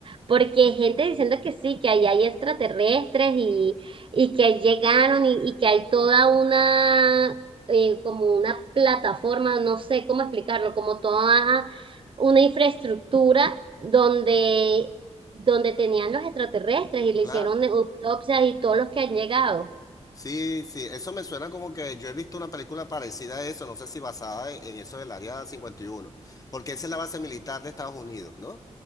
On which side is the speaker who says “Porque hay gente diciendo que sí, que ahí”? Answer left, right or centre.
Right